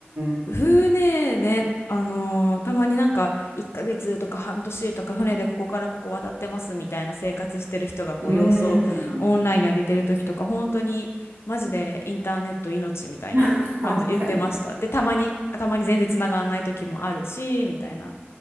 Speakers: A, on the right (about 70°); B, on the left (about 85°).
A: ん
B: 船ね、あのーたまになんか1ヶ月とか半年とか船でここからここ渡ってますみたいな生活してる人がこう様子をオンラインに上げてる時とか本当にマジでインターネット命みたいな感じ言ってました。
A: うん。うん。<laughs> 本当に。
B: で、たまに、たまに全然繋がらない時もあるし、みたいな。